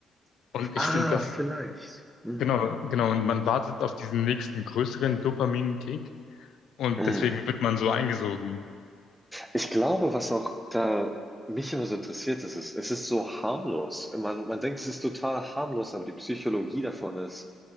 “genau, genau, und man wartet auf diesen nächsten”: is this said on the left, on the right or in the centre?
Left